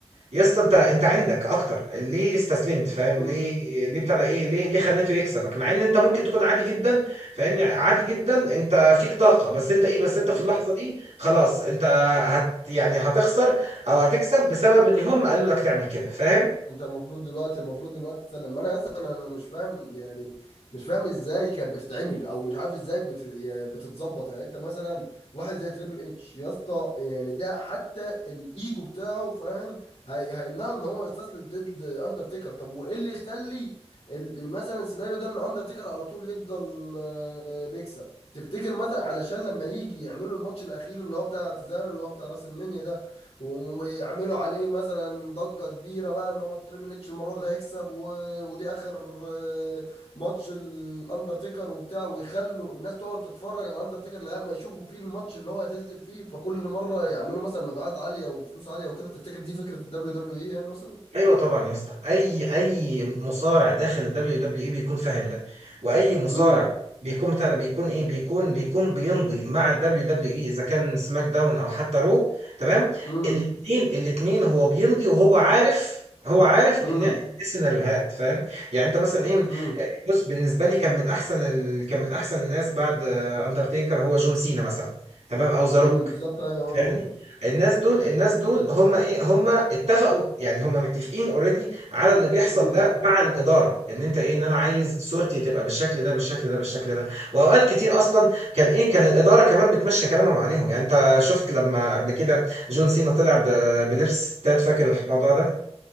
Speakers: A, on the right; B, on the left.
A: يا اسطى انت انت عندك اكتر ليه استسلمت فاهم
B: امم
A: ليه ليه بتاع ده ايه ليه ليه خليته يكسبك مع ان انت ممكن تكون عادي جدا فاهمني عادي جدا انت فيك طاقه بس انت ايه بس انت
B: ايوه
A: في اللحظه دي خلاص انت هت يعني هتخسر او هتكسب بسبب ان هم قالوا لك تعمل كده فاهم
B: انت المفروض دلوقتي المفروض دلوقتي تسلم ما انا اصلا انا مش فاهم يعني مش فاهم ازاي كانت بتتعمل او مش عارف ازاي بت... يعني بتتظبط يعني انت مثلا واحد زي تريبل اتش يا اسطى يعني ده حتى الايجو بتاعه فاهم هي... هيمنعه ان هو يستسلم ضد اندرتيكر طب وايه اللي يخلي ال- ال- مثلا السيناريو ده ان اندرتيكر على طول يفضل آه، بيكسب تفتكر مثلا علشان لما يجي يعملوا الماتش الاخير اللي هو بتاع اعتزال اللي هو بتاع راس المنيا ده ويعملوا عليه مثلا ضجة كبيرة بقى ان هو تريبل اتش المرة دي هيكسب و... ودي اخر آه، ماتش الاندرتيكر وبتاع ويخلوا الناس تقعد تتفرج على الاندرتيكر لغاية ما يشوفوا فيه الماتش اللي هو هيتذب فيه فكل مرة يعملوا مثلا مبيعات عالية وفلوس عالية وكده تفتكر دي فكرة الدبليو دبليو اي يعني مثلا
A: ايوه طبعا يا اسطى اي اي مصارع داخل الدبليو دبليو اي بيكون فاهم ده واي مصارع
B: امم
A: بيكون بتاع ده بيكون ايه بيكون بيكون بيمضي مع الدبليو دبليو اي اذا كان سماك داون او حتى رو تمام
B: امم
A: الاثنين الاثنين هو بيمضي وهو عارف هو عارف
B: امم
A: ان إيه السيناريوهات فاهم يعني انت مثلا ايه
B: امم
A: بص بالنسبه لي كان من احسن ال... كان من احسن الناس بعد اندرتيكر هو جون سينا مثلا تمام او ذا
B: امم
A: روك.
B: بالظبط ايوه
A: فاهمني
B: انا برضو
A: الناس دول الناس دول هم ايه هم اتفقوا يعني هم متفقين اوريدي على اللي بيحصل
B: امم
A: ده مع الاداره ان انت ايه ان انا عايز صورتي تبقى بالشكل ده بالشكل ده بالشكل ده واوقات كتير اصلا كان ايه كان الاداره كمان بتمشي كلامهم عليهم يعني انت شفت لما قبل كده جون سينا طلع ب- بلبس تات فاكر الموضوع ده